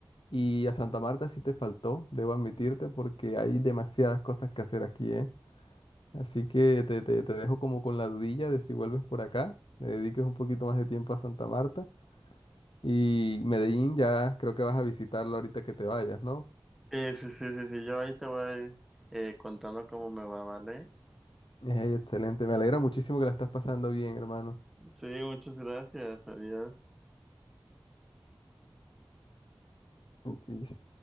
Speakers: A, on the left; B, in the centre.
A: Y a Santa Marta sí te faltó, debo admitirte, porque hay demasiadas cosas que hacer aquí, ¿eh? Así que te, te- te dejo como con la dudilla de si vuelves por acá, le dediques un poquito más de tiempo a Santa Marta. Y Medellín ya creo que vas a visitarlo ahorita que te vayas, ¿no?
B: Sí, sí, sí, sí, sí. Yo ahí te voy eh, contando cómo me va, ¿vale?
A: Eh, excelente, me alegra muchísimo que la estás pasando bien, hermano.
B: Sí, muchas gracias. Adiós.
A: Y